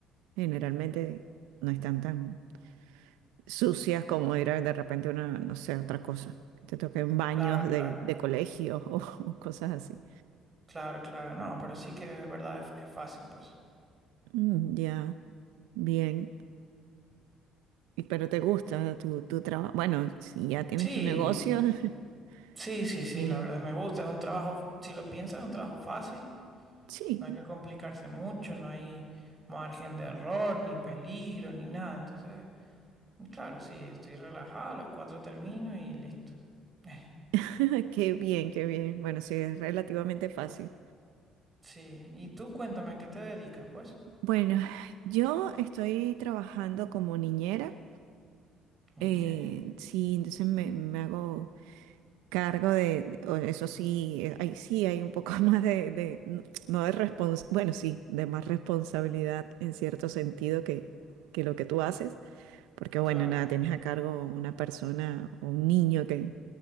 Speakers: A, on the right; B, on the right.
A: Generalmente no están tan sucias como era de repente una, no sé, otra cosa. que Te toquen baños
B: Claro,
A: de,
B: claro,
A: de colegios o, <laughs> o cosas así.
B: claro, claro. No, pero sí que es verdad, es, es fácil, pues.
A: Mm, ya, bien. Y- Pero te gusta tu, tu trabajo. Bueno, si ya tienes
B: Sí,
A: tu negocio, <laughs>
B: sí, sí, sí,
A: eh,
B: la verdad me gusta. Es un trabajo, si lo piensas, es un trabajo fácil.
A: sí,
B: No hay que complicarse mucho, no hay margen de error, ni peligro, ni nada. Entonces, claro, sí, estoy relajado, a las 4 termino y listo. <laughs>
A: <laughs> qué bien, qué bien. Bueno, sí, es relativamente fácil.
B: Sí, y tú cuéntame, ¿a qué te dedicas, pues?
A: Bueno, yo estoy trabajando como niñera.
B: Ok,
A: eh, sí, entonces me, me hago cargo de, o eso sí, eh, ahí sí hay un poco <laughs> más de, de- no no de respons, bueno, sí, de más responsabilidad en cierto sentido que, que lo que tú haces, porque bueno,
B: claro.
A: nada, tienes a cargo una persona o un niño que,